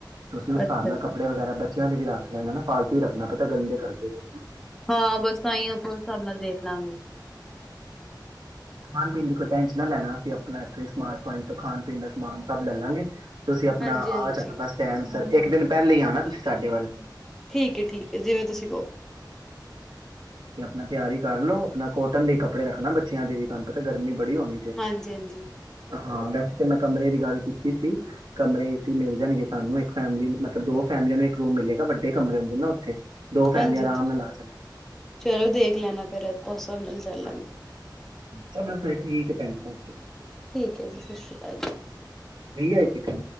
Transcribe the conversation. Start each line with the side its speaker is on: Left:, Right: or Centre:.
Right: ਤੁਸੀਂ ਉਸ ਹਿਸਾਬ
Centre: ਅੱਛਾ
Right: ਨਾਲ
Centre: ਅੱਛਾ
Right: ਕੱਪੜੇ ਵਗੈਰਾ ਬੱਚਿਆਂ ਦੇ, ਵੀ, ਰੱਖ ਮੈ, ਨਾ, ਨ ਫਾਲਤੂ ਹੀ ਰੱਖਣਾ ਪਤਾ ਗੰਦੇ ਕਰਦੇ ਸੀ।
Centre: ਹਾਂ, ਬਸ ਤਾਂ, ਹੀ ਆਪਾਂ ੳਸ ਹਿਸਾਬ ਨਾਲ ਦੇਖ ਲਾਂਗੇ।
Right: ਖਾਣ- ਪੀਣ ਦੀ ਕੋਈ ਟੈਂਸ਼ਨ ਨਾ ਲੈਣਾ, ਅਸੀਂ ਆਪਣਾ ਇਥੇ ਸਮਾਰਟ ਪੁਆਇੰਟ ਤੋਂ, ਖਾਣ ਪੀਣ ਦਾ ਸਮਾਨ ਸਭ ਲੈ ਲਾਂਗੇ। ਤੁਸੀਂ ਆਪਣਾ
Centre: ਹਾਂਜੀ ਹਾਂਜੀ
Right: ਆ ਜਾਣਾ, ਬਸ ਟੈਮ ਕੱਢ ਕੇ, ਪਹਿਲੇ ਹੀ, ਆਉਣਾ ਤੁਸੀਂ ਸਾਡੇ ਵੱਲ
Centre: ਠੀਕ ਹੈ। ਠੀਕ ਹੈ। ਜਿਵੇਂ ਤੁਸੀਂ ਕਹੋ।
Right: ਮੈਂ, ਤਿਆਰੀ ਕਰ ਲਓ ਆਪਣਾ ਕੋਟਨ ਦੇ ਕੱਪੜੇ ਰੱਖਣਾ ਬੱਚਿਆਂ ਦੇ ਵੀ, ਤੁਹਾਨੂੰ ਤਾ ਗਰਮੀ ਬੜੀ ਹੋਣੀ ਜੇ
Centre: ਹਾਂਜੀ, ਹਾਂਜੀ।
Right: ਹਾਂ, ਵੈਸੇ ਤਾਂ, ਮੈਂ ਕਮਰੇ ਦੀ ਗੱਲ ਕੀਤੀ ਸੀ ਕਮਰੇ ਏ ਸੀ ਮਿਲ ਜਾਣਗੇ, ਸਾਨੂੰ ਇੱਕ ਫੈਮਲੀ ਮਤਲਬ ਦੋ ਫੈਮਲੀਆਂ ਨੂੰ ਇੱਕ ਰੂਮ ਮਿਲੇਗਾ, ਵੱਡੇ ਕਮਰੇ ਹੁੰਦੇ ਨਾ ਉੱਥੇ ਦੋ ਫੈਮਲੀਆਂ
Centre: ਹਾਂਜੀ,
Right: ਆਰਾਮ
Centre: ਹਾਂਜੀ।
Right: ਨਾਲ ਆ ਜਾਂਦੀਆਂ
Centre: ਚਲੋ, ਦੇਖ ਲੈਣਾ ਫੇਰ, ਉਸ ਹਸਾਬ ਨਾਲ ਚੱਲਾਂਗੇ
Right: ਹ ਚਲੋ, ਫਿਰ ਠੀਕ ਹੈ, ਸ਼।
Centre: ਠੀਕ ਆ
Right: ਆ ਕਮ